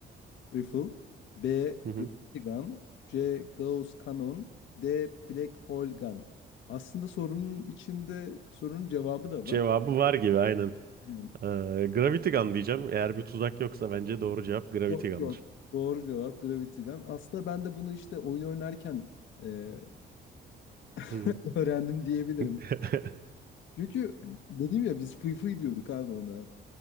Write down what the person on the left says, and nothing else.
Rifle, B.
Gravity Gun, C. Gauss Cannon, D. Black Hole Gun. Aslında sorunun içinde sorunun cevabı da
var.
Hmm.
Yok
yok. Doğru cevap Gravity Gun. Aslında ben de bunu işte oyun oynarken e,
<laughs> öğrendim diyebilirim.
Çünkü dedim ya biz fıy fıy diyorduk abi ona.